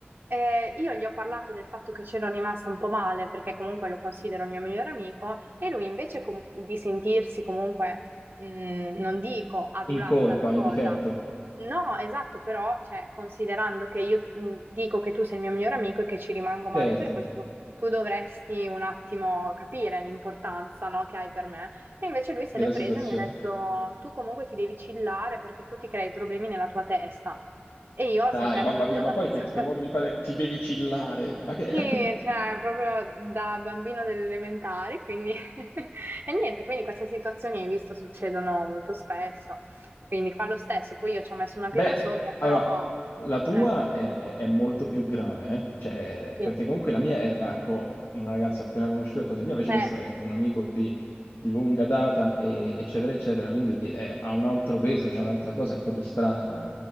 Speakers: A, on the right; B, on the left.
A: Eh, io gli ho parlato del fatto che c'ero rimasta un po' male, perché comunque lo considero il mio migliore amico, e lui invece com- di sentirsi comunque, mh, non dico adulato
B: in colpa,
A: dalla cosa,
B: in difetto,
A: no, esatto, però, cioè, considerando che io mh, dico che tu sei il mio migliore amico e che ci rimango male
B: certo,
A: per questo, tu dovresti un attimo capire l'importanza, no, che hai per me. E invece lui se
B: della
A: l'è presa
B: situazione.
A: e mi ha detto, tu comunque ti devi chillare perché tu ti crei problemi nella tua testa. E io
B: Dai,
A: sentendomi
B: mamma
A: dire
B: mia,
A: una
B: ma poi
A: cosa
B: che, che
A: <laughs>
B: modo di fare? Ti devi chillare, ma che...
A: Sì, cioè, proprio da bambino delle elementari, quindi... <laughs> E niente, quindi queste situazioni, hai visto, succedono molto spesso. Quindi fa lo stesso, poi io ci ho messo
B: <laughs>
A: una pietra
B: Beh,
A: sopra, però...
B: allora, la tua
A: Eh,
B: è, è molto più grave, eh? Cioè,
A: sì.
B: perché comunque la mia era co- una ragazza appena conosciuta e così via, invece
A: Eh,
B: questo è un amico di, di lunga data, e- eccetera, eccetera, quindi è- ha un altro peso, c'è un'altra cosa, è proprio strana